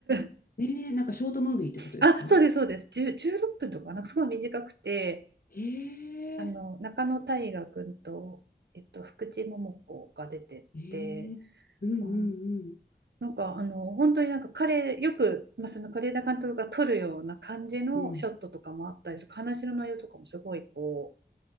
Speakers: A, on the right; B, on the left.
A: <laughs>
B: ええなんかショートムービーってことですか
A: あ、そうです、そうです、10、16分とか、なんかすごい短くて、
B: ええ
A: あの中野大河君と、えっと、福地桃子が出てって、
B: ええうん、う
A: あの
B: ん、
A: なんかあの本当になんか彼よく、まあ、その是枝監督が撮るような感じのショットとかもあったりとか話の内容とかもすごいこ
B: うん、うん。